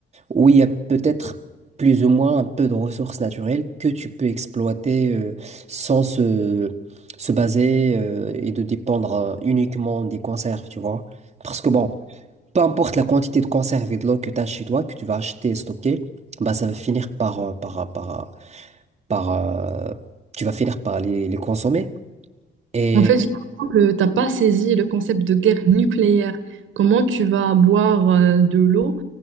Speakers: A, on the right; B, on the right.
A: où il y a peut-être plus ou moins un peu de ressources naturelles que tu peux exploiter euh, sans se, se baser euh, et de dépendre euh, uniquement des conserves, tu vois. Parce que bon, peu importe la quantité de conserve et de l'eau que tu as chez toi, que tu vas acheter et stocker, bah, ça va finir par, euh, par, euh, par, euh, par, euh, tu vas finir par les, les consommer. Et
B: En fait, j'ai l'impression que tu n'as pas saisi le concept de guerre nucléaire. Comment tu vas boire euh, de l'eau